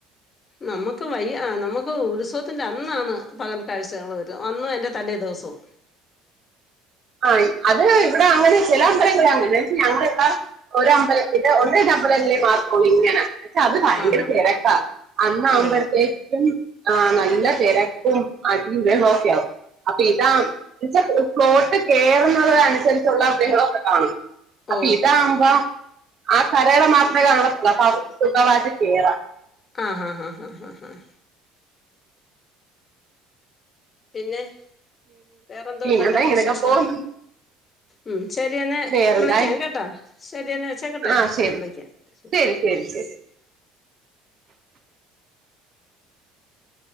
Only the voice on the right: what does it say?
ആ അത് ഇവിടെ അങ്ങനെ ചില അമ്പലങ്ങളങ്ങനെ ഞങ്ങളെ ഇവിട ഒരു അമ്പലത്തിന്റെ ഒരു അമ്പലങ്ങളിൽ മാത്രോ ഇങ്ങനെ പക്ഷെ അത് ഭയങ്കര
തിരക്കാ അന്നാകുമ്പോഴത്തേക്ക്
വും ആ നല്ല തിരക്കും അടീം ബഹളോം ഒക്കെ ആവും അപ്പൊ ഇതാ എന്നച്ച ഫ്‌ളോട്ട് കേറുന്നത് അനുസരിച്ചുള്ള ബഹളൊക്കെ കാണും അപ്പം
ഇതാവുമ്പോ ആ കരയുടെ മാത്രമേ കാണത്തുള്ളൂ അപ്പൊ അവർക്ക് സുഖമായിട്ട് കേറാം
പിന്നെന്താ
ഇങ്ങനെയൊക്കെ
പോകും
വേറെന്തായി
ആ
ശരി
ശരി ശരി